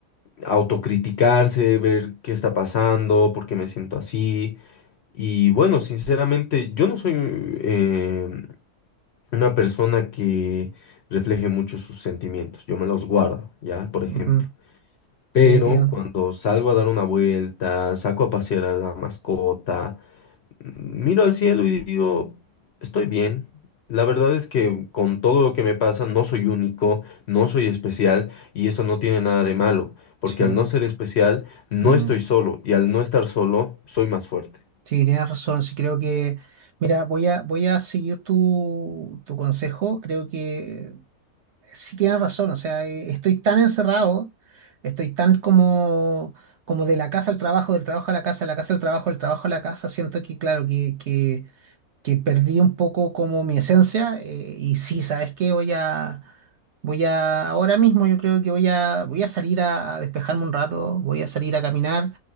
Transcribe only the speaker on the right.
ujú,
Sí, tío.
Sí.
mm.
Sí, tienes razón. Sí, creo que, mira, voy a, voy a seguir tu, tu consejo. Creo que sí tienes razón. O sea, eh, estoy tan encerrado, estoy tan como, como de la casa al trabajo, del trabajo a la casa, de la casa al trabajo, del trabajo a la casa. Siento que, claro, que, que que perdí un poco como mi esencia eh, y sí, ¿sabes qué? Voy a, voy a, ahora mismo yo creo que voy a, voy a salir a, a despejarme un rato, voy a salir a caminar.